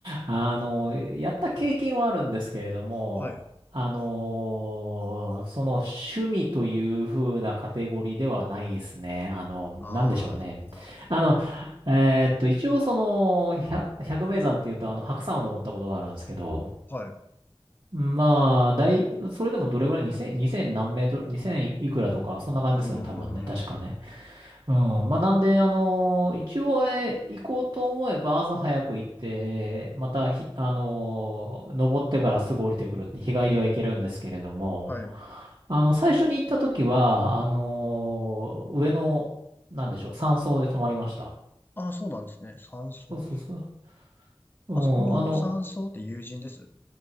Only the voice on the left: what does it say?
はい。
ああ、なるほど、なるほど。
はい。う
ーん。
はい。
ああ、そうなんですね。山荘。
あそこの山荘って友人です。